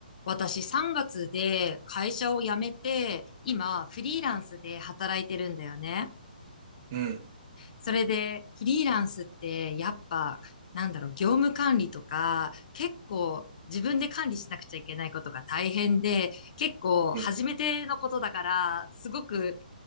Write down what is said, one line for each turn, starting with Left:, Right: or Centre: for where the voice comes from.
Left: 私3月で会社を辞めて、今フリーランスで働いてるんだよね。
Right: うん、
Left: それで、フリーランスって、やっぱ、なんだろう、業務管理とか、結構、自分で管理しなくちゃいけないことが大変で、結構、
Right: うん、
Left: 初めてのことだから、すごく、